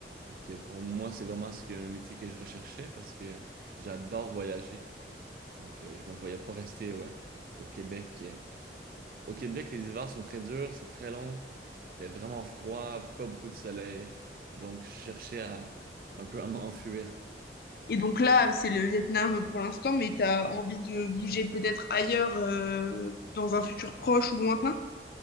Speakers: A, on the right; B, on the left.
A: Fait que pour moi, c'est vraiment ce que, un métier que je recherchais parce que j'adore voyager. Donc, euh, je me voyais pas rester ouais, au Québec. euh, Au Québec, les hivers sont très durs, c'est très long, il fait vraiment froid, pas beaucoup de soleil, donc je cherchais à un peu à m'enfuir.
B: Et donc là, c'est le Vietnam pour l'instant, mais t'as envie de bouger peut-être ailleurs, euh, dans un futur proche ou lointain?